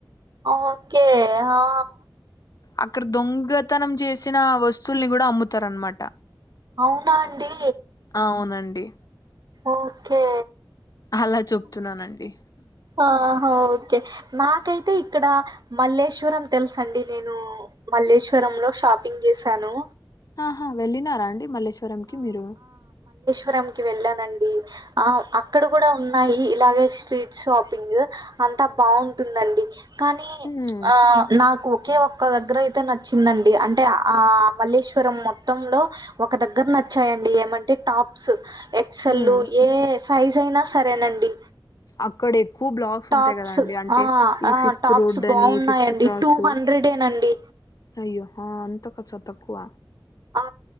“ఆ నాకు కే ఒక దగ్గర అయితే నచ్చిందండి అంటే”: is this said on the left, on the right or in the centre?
Right